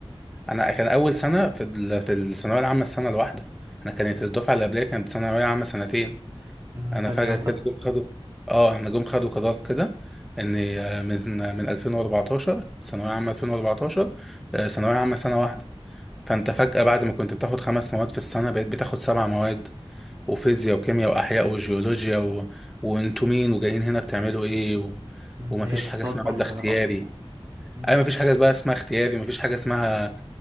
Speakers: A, in the centre; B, on the right.
A: انا كان اول سنه في ال... في الثانويه العامه السنه الواحده انا كانت الدفعه اللي قبليه كانت ثانويه عامه سنتين
B: مم،
A: انا
B: تانية
A: فجأة
B: وتالتة
A: كده جم خدوا اه انا جم خدوا قرار كده ان آه، من من 2014 ثانوية عامة 2014 آه، ثانوية عامة سنة واحدة فانت فجأة بعد ما كنت بتاخد خمس مواد في السنة بقيت بتاخد سبع مواد وفيزياء وكيمياء واحياء وجيولوجيا و... وانتوا مين وجايين هنا بتعملوا ايه و...
B: مم،
A: ومفيش
B: هي الصدمة
A: حاجة اسمها مادة
B: لوحدها
A: اختياري
B: اصلا مم،
A: اي مفيش حاجة بقى اسمها اختياري مفيش حاجة اسمها